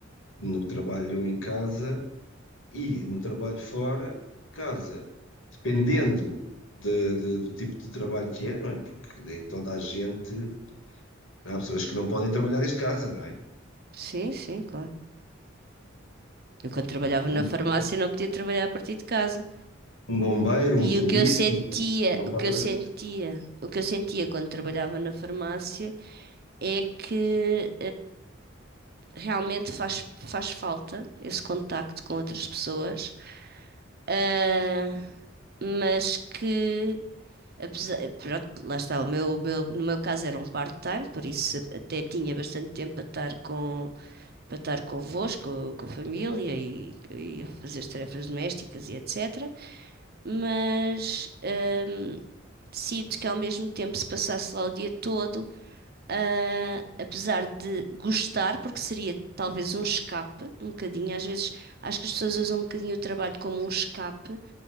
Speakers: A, on the left (about 70°); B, on the right (about 50°).
A: no trabalho em casa e no trabalho fora de casa, dependendo de- de- do tipo de trabalho que é, não é? Porque em toda a gente Há pessoas que não podem trabalhar desde casa, não é?
B: Sim, sim, claro. Eu quando trabalhava
A: Um polícia,
B: na farmácia não podia trabalhar a partir de casa.
A: um bombeiro,
B: E
A: um polícia,
B: o que eu sentia,
A: não pode
B: o que
A: trabalhar.
B: eu sentia, o que eu sentia quando trabalhava na farmácia é que realmente faz, faz falta esse contacto com outras pessoas, ah, mas que, apesar, pronto, lá está, o meu, o meu- no meu caso era um part-time, por isso até tinha bastante tempo para estar com, para estar convosco, com a família e, e a fazer as tarefas domésticas e etc. Mas, ah, Sinto que ao mesmo tempo, se passasse lá o dia todo, ah, apesar de gostar, porque seria talvez um escape, um bocadinho. Às vezes acho que as pessoas usam um bocadinho o trabalho como um escape,